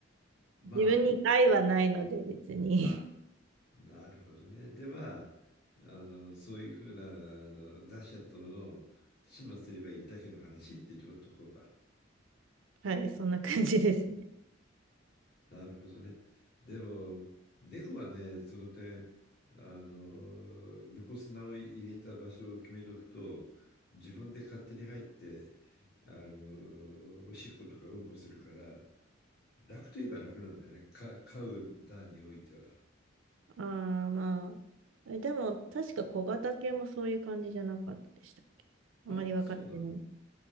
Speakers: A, on the left (about 55°); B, on the right (about 75°).
A: まあ、
B: 自分に害はないので、別に。
A: あ、なるほどね。で、まあ、あの、そういうふうな、あの、出しちゃったものを始末すればいいだけの話ってととこか。
B: はい、そんな感じですね。
A: なるほどね。でも、猫はね、その点、あの、猫砂を入れた場所を決めとくと、自分で勝手に入って、あの、おしっことかうんこするから、楽といえば楽なんだよね。か買う段においては。
B: <laughs> ああ、まあ。えでも、確か小型犬もそういう感じじゃなかったでしたっけあまり分かってない。
A: あ、そうなの。
B: あ